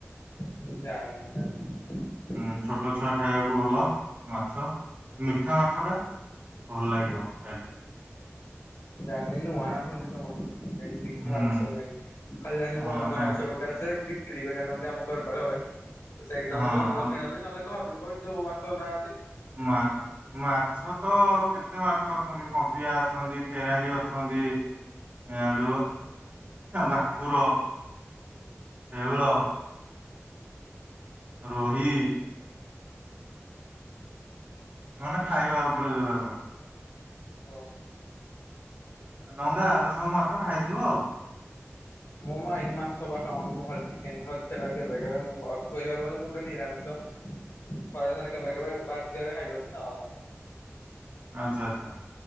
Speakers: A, on the left; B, on the right.
A: ମୁଁ ଜାଣିନି <unintelligible>
B: ଉଁ ଛୋଟ ଛୁଆ ଖାଇବାକୁ ଭଲ ମାଛ ମିଠା ମାଛ ଟା ଭଲ ଲାଗିବ
A: ଓ
B: ଖାଇଲେ।
A: ଜାଣିନି ନୂଆ ନୂଆ ଶୁଣୁଚି ତମଠୁ। <unintelligible>
B: ହୁଁ
A: ମାଛ <unintelligible> ମୁଁ ଖାଲି ଯାନିଚି
B: ହଁ
A: ବନ୍ଦ
B: ନାଇଁ
A: ମାଛ ଗୋଟେ ଆସେ ବି କିଣିକରି କରି ଆଣନ୍ତି ଆମ ଘର ପାଖା ପାଖି ତ ସେଇଠୁ
B: ହଁ
A: ଆମ ଘର ଲୋକ
B: ଆଉ
A: କିଣନ୍ତି ନହେଲେ ଘରଲୋକ ଯୋଉ ମାସ ନା
B: ମା ମାଛ ତ କେତେ ମାଛ ଅଛନ୍ତି କଣ୍ଟିଆ ଅଛନ୍ତି କେରାଣ୍ଡି ଅଛନ୍ତି ଏ ଆଡୁ ଭାକୁର ଶେଉଳ ରୋହି ମାନେ ଖାଇବା ଉପରେ ଜୋରା ସବୁ।
A: ଓ
B: <unintelligible> ର ସବୁ ମାଛ ଖାଇଥିବ ଆଉ।
A: ମୁଁ ମାଇ ମାଛ ବା ପା ଖାଉନି ମୁଁ ଖାଲି ଚିକେନ ଖାଉଛି। ସେଇଟା ବି କେବେ କେବେ ମୁଁ କହିବାକୁ ଗଲେ ମୁଁ ଗୋଟେ ନିରାମିଷ।
B: <inaudible>
A: ଥରେ ଥରେ କେବେ କେବେ ବାଧ୍ୟରେ ଖାଇଦଉଛି ନ ହେଲେ ନାଇଁ।
B: ଆଚ୍ଛା ଆଚ୍ଛା।